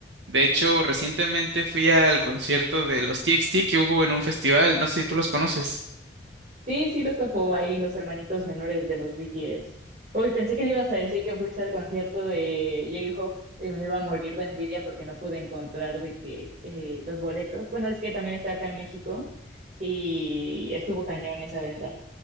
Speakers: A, on the right; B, on the right.
A: de hecho, recientemente fui al concierto de los TXT que hubo en un festival, no sé si tú los conoces.
B: Sí, sí, los topó ahí los hermanitos menores de los BTS. Uy, pensé que me ibas a decir que fuiste al concierto de J-Hope y me iba a morir de envidia porque no pude encontrar de que eh, los boletos. Bueno, es que también está acá en México y estuvo cañón esa venta.